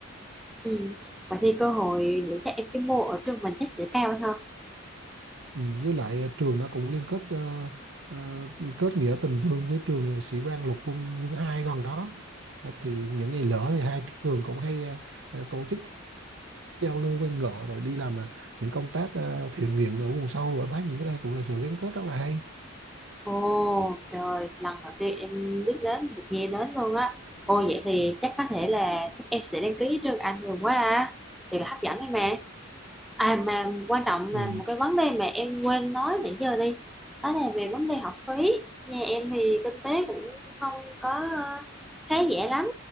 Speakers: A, in the centre; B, on the right.
A: ừ vậy thì cơ hội để cho em cái mô ở trường mình chắc sẽ cao hơn
B: Ừ, với lại à, trường đã cũng liên kết ờ, ờ, liên kết nghĩa tình thương với trường à, sĩ quan lục quân quân 2 gần đó Ờ, thì những ngày lỡ thì hai trường cũng hay à, à, tổ chức giao lưu quen ngọ rồi đi làm à, những công tác à, thiện nguyện ở vùng sâu và thấy những cái đây cũng là sự gắn kết rất là hay
A: Ồ trời, lần đầu tiên em biết đến, được nghe đến luôn á. Ồ vậy thì chắc có thể là chắc em sẽ đăng ký trường Anh luôn quá à. Thì là hấp dẫn đấy mà. À mà quan trọng
B: ừ.
A: là một cái vấn đề mà em quên nói nãy giờ đi. Đó là về vấn đề học phí. Nhà em thì kinh tế cũng không có ờ, khá giả lắm.